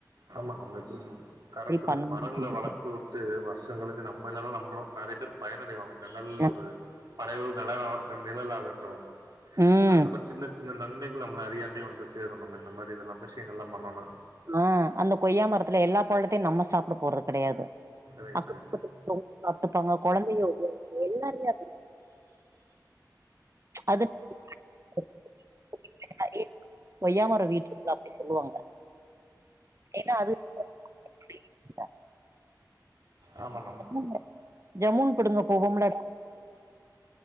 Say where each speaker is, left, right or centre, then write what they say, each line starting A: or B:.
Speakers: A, on the right; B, on the right.
A: ஆமா நம்ம இப்பதி கரெக்ட்டுரு
B: பண்ணணும்னு
A: மரங்கள
B: சொல்லிட்டு
A: வளத்து வுட் ட்டு வருஷ கழிஞ்சி நம்ம இல்லனாலு நம்மள நெறைய பேர் பயனடைவாங்க நெழல்
B: நான்
A: ஒரு பழை ஓல் நெழலா நம் நிழலாகட்டு
B: ம்.
A: அந்த மாரி சின்ன சின்ன நன்மைகள் நம்மள அறியாமே வந்துஸ் தேரு நம்ம இந்த மாரி இதெல்லா விஷயங்கள்லாம் பண்னோனா
B: அ அந்த கொய்யா மரத்துல எல்லா பழுத்தையு நம்ம சாப்ட போறது கெடையாது
A: ரைட்டு
B: அக்கு <unintelligible> சாப்ட்டுப்பாங்க கொழந்தைய <unintelligible> எல்லாருமே அது அது <inaudible> <unintelligible> ஒய்யாமரோ வீட்டு <unintelligible> அப்டி சொல்லுவாங்க ஏன்னா அது <unintelligible>
A: ஆமா நம்
B: ம் ஜமுன் கொடுங்க போவோம்ல